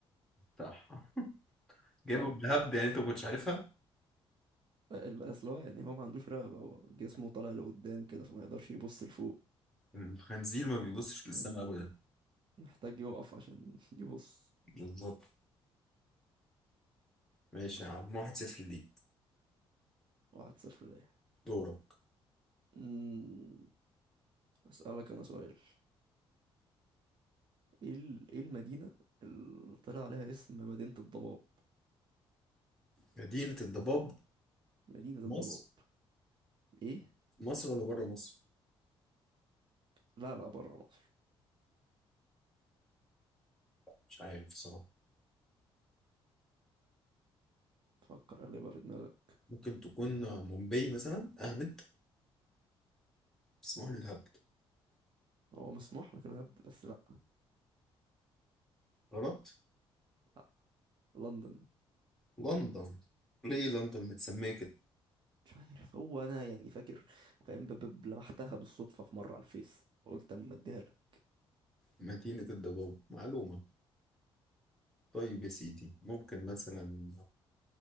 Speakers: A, in the centre; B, on the right.
A: صح جايبهم
B: صح
A: بهبد يعني انت ما كنتش عارفها
B: ال- اصل هو يعني هو ما عندوش رقبة هو جسمه طالع لقدام كده فما يقدرش يبص لفوق
A: الخنزير ما بيبصش
B: مم.
A: للسماء ابدا
B: محتاج يقف عشان <laughs> يبص
A: بالظبط ماشي يا عم واحد صفر ليك
B: واحد صفر ليا
A: دورك
B: أمم، أسألك أنا سؤال إيه ال- إيه المدينة اللي طلع عليها اسم مدينة الضباب
A: مدينة الضباب
B: مدينة
A: مصر
B: الضباب إيه؟
A: مصر ولا بره مصر
B: لا لا برا مصر
A: مش عارف صراحة
B: تفكر اللي يبقى في دماغك
A: ممكن تكون مومباي مثلا اهبد اسمها لي الهبد
B: هو مسموح لك الهبد بس لأ
A: غلط
B: لأ لندن
A: لندن ليه لندن متسمية كده
B: مش عارف هو أنا يعني فاكر فاهم ب- ب- لمحتها بالصدفة في مرة على الفيس قلت أما أديها لك
A: مدينة الضباب معلومة طيب يا سيدي ممكن مثلا